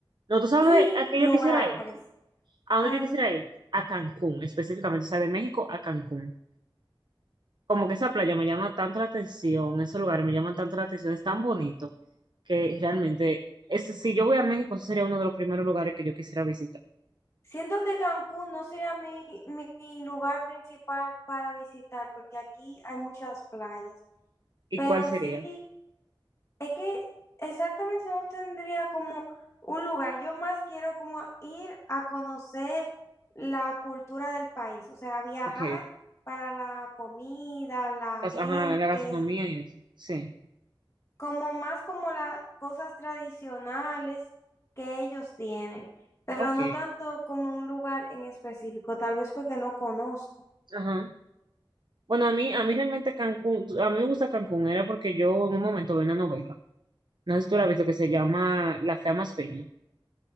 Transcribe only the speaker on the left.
y
lugares
a
donde
siento que Cancún no sería mi, mi, mi lugar principal para visitar, porque aquí hay muchas playas,
pero
sí Es que exactamente no tendría como un lugar. Yo más quiero como ir a conocer la cultura del país, o sea, viajar
para la comida, la
gente,
como más como las cosas tradicionales que ellos tienen, pero
no tanto como un lugar en específico, tal vez porque no conozco.